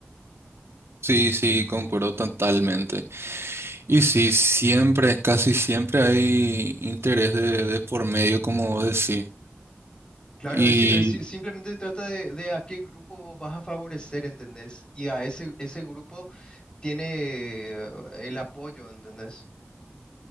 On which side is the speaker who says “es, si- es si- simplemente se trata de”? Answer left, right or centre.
Left